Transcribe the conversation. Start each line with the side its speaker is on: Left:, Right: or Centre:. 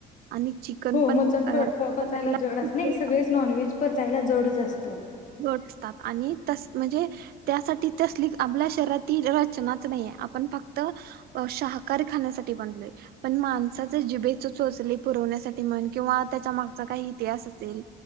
Right: आणि चिकन
Left: हो
Right: पण
Left: मचन
Right: अ,
Left: पचायला जड
Right: खूप
Left: असत नाही
Right: वेळ
Left: सगळेच नॉन व्हेज पचायला जडच असतं
Right: लोट असतात आणि तस म्हणजे त्यासाठी तसली आपल्या शरीरात रचनाच नाही आपण फक्त शाकादार खण्यासाठी बनलोय पण माणसा जिभेचे चोचले पुवण्यासाठी म्हण किंवा त्याच्या मागचा काही इतिहास असेल